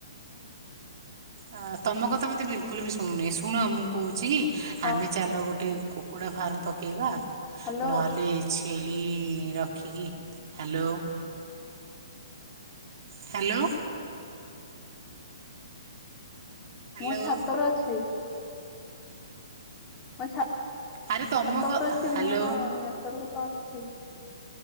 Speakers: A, on the right (about 45°); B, on the left (about 20°).
A: ଆ ତମ କଥା ମତେ ବିଲକୁଲ ବି ଶୁଣୁନି ଶୁଣ ମୁଁ କହୁଚି କି
B: ହଁ
A: ଆମେ ଚାଲ ଗୋଟେ କୁକୁଡା ଫାର୍ମ ପକେଇବା
B: ହ୍ୟାଲୋ
A: ନହେଲେ ଛି ଛେଳି ରଖିକି ହାଲୋ। ହାଲୋ। ହ୍ୟାଲୋ
B: ମୁଁ ଛାତ ଉପରେ ଅଛି। ମୋ ଛାତ
A: ଆରେ ତମ କ
B: ଉପରେ ଅଛି
A: ହ୍ୟାଲୋ
B: ମୋର ତ ନେଟୱାର୍କ ତ ଅଛି।